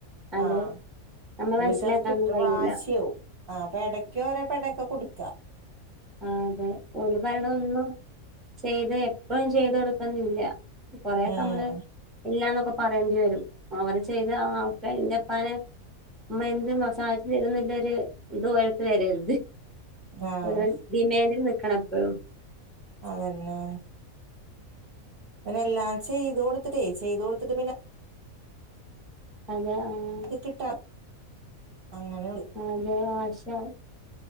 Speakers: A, in the centre; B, on the right.
A: അതെ
B: ആഹ്
A: നമ്മൾ
B: ഇവലിക്കത്
A: മനസ്സിലാക്കാനൊന്നും
B: കിട്ടണ
A: കഴിയൂല
B: വാശിയാവും ആഹ് അപ്പ എടക്ക് ഓരോ പെടേക്കെ കൊടുക്കാ
A: ആഹ് അതെ ഓല് പറയണ ഒന്നും ചെയ്ത് എപ്പഴും ചെയ്ത് കൊട്ക്കണന്നില്ല. കൊറേക്കെ
B: ഉം
A: നമ്മള് ഇല്ലാന്നൊക്കെ പറയേണ്ടി വരും അവര് ചെയ്ത ആഹ് ക്കെ ഇന്റെപ്പാനെ ഉമ്മ എന്തും മ സാധിച്ച് തരുന്ന്ള്ളൊരു ഇത് ഓല് ളത് വെരെര്ത്
B: ആഹ്
A: <unintelligible> ഡിമാൻഡിൽ നിക്കണം എപ്പഴും.
B: അതന്നെ പിന്നെ എല്ലാം ചെയ്ത് കൊടുത്തിട്ടേ ചെയ്ത് കൊടുത്തിട്ട് പിന്നെ
A: അതാ ആഹ്
B: കിട്ടാത് അങ്ങനെ ഇണ്ട്
A: അതെ <unintelligible>